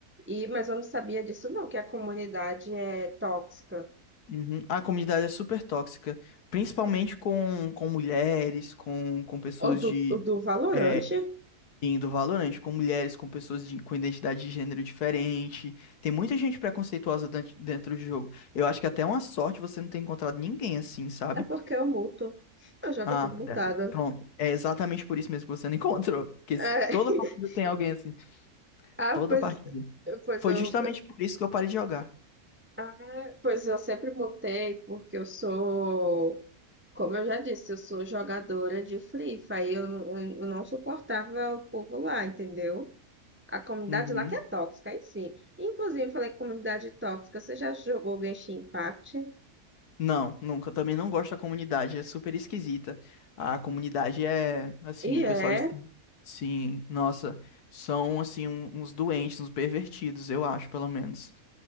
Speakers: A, on the right (about 15°); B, on the left (about 80°).
A: e mas eu não sabia disso, não, que a comunidade é tóxica.
B: Uhum. A comunidade é super tóxica, principalmente com, com mulheres, com, com pessoas
A: O do,
B: de
A: o do Valorante
B: é, indo Valorant, com mulheres, com pessoas de, com identidade de gênero diferente. Tem muita gente preconceituosa dent- dentro do jogo. Eu acho que até é uma sorte você não ter encontrado ninguém assim, sabe?
A: é porque eu muto. Eu jogo
B: Ah,
A: tudo mutada.
B: é, pronto. É exatamente por isso mesmo que você não <laughs> encontrou. Porque
A: É.
B: se-
A: <laughs>
B: toda partida tem alguém assim.
A: Ah,
B: Toda
A: pois,
B: partida.
A: pois
B: Foi
A: eu.
B: justamente por isso que eu parei de jogar.
A: Ah, pois eu sempre mutei, porque eu sou. Como eu já disse, eu sou jogadora de Free Fire, eu, não- eu não suportava o povo lá, entendeu? A comunidade
B: Uhum.
A: lá que é tóxica, aí sim. Inclusive, eu falei que comunidade tóxica, você já jogou Genshin Impact?
B: Não, nunca. Também não gosto da comunidade, é super esquisita. A comunidade é, assim,
A: E
B: o pessoal
A: é.
B: de... Sim, nossa, são, assim, um- uns doentes, uns pervertidos, eu acho, pelo menos.